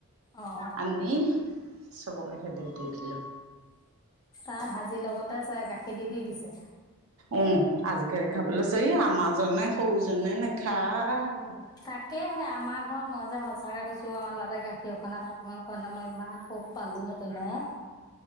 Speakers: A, on the left (about 15°); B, on the right (about 65°).
A: অহ।
B: আনি, চবকে সেদে দি দিলোঁ।
A: তাৰ ভাজিৰ লগতে চাগে গাখীৰ দি, দি দিছে?
B: উ, আজিকালি খাব লৈছে। এই আমাৰজনে সৰুজনে নেখায়।
A: তাকেহে আমাৰ ঘৰত মই যে সঁচাকৈ কৈছো আমাৰ ল'ৰাটোৱে গাখীৰ অকণমান ভাতকমান খোৱা নাই মই ইমান সুখ পালোহেতেনে এ।